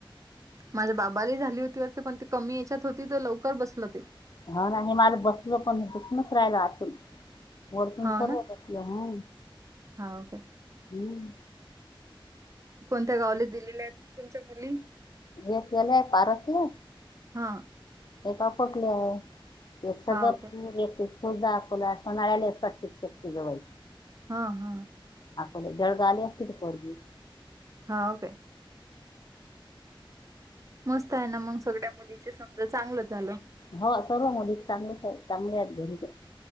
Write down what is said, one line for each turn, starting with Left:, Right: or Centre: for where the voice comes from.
Right: माझ्या बाप् बाली झाली होती वाटते पण ते कमी याच्यात होती तर लवकर बसल ते
Left: हा ना हे मला बसल पण हे दुखूनच राहिलं अजून वरतून
Right: हो
Left: सर्व
Right: ना?
Left: बटलं ह
Right: हो काय?
Left: हम्
Right: कोणत्या गावले दिल्लील्या आहेत मग तुमच्या मुली
Left: एक आहे पारसले
Right: हां.
Left: ते का फोटले आहे एक सद
Right: हो काय?
Left: ख द आपोला असळाले असतात्य शती जवळ
Right: हा हा
Left: आपोले जळगा आले असती त खोरगी
Right: हा ओ काे मस्त आहे ना मग सगळ्या मुलीची समजा चांगलं झालं
Left: हो सर्व मोदी चांगलेच चांगले आहेत घरीच